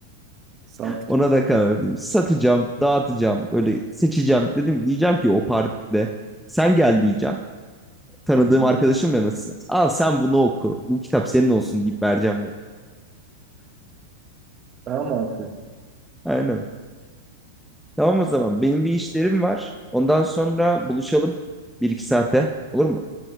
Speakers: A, on the right; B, in the centre.
A: sat
B: Ona
A: git.
B: da karar verdim. Satacağım, dağıtacağım, böyle seçeceğim. Dedim diyeceğim ki o partide sen gel diyeceğim. Tanıdığım
A: Hı hı.
B: arkadaşım ya nasıl? Al sen bunu oku. Bu kitap senin olsun deyip vereceğim. Böyle.
A: Daha mı altı?
B: Aynen. Tamam o zaman. Benim bir işlerim var. Ondan sonra buluşalım bir iki saate. Olur mu?